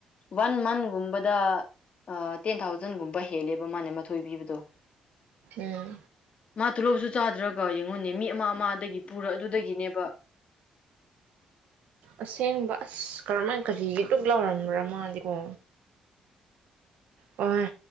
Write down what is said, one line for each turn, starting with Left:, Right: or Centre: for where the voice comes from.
Left: ꯋꯥꯟ ꯃꯟ ꯨꯝꯕꯗ ꯇꯦꯟ ꯊꯥꯎꯖꯟꯒꯨꯝꯕ ꯍꯦꯜꯂꯦꯕ ꯃꯥꯅꯦ ꯃꯊꯣꯏ ꯄꯤꯕꯗꯣ
Right: ꯎꯝ
Left: ꯃꯥꯊ ꯂꯧꯣ ꯁ ꯆꯥꯗꯔꯒ ꯑꯩꯉꯣꯟꯅꯦ ꯃꯤ ꯑꯃ ꯑꯃꯗꯒꯤ ꯄꯨꯔ ꯑꯗꯨꯗꯒꯤꯅꯦꯕ
Right: ꯑꯁꯦꯡꯕ ꯑꯁ ꯀꯔꯝꯍꯥꯏꯅ ꯀꯔꯤꯒꯤꯗꯨꯛ ꯂꯥꯎꯔꯝꯕ꯭ꯔꯥ ꯃꯥꯗꯤꯀꯣ ꯑꯣ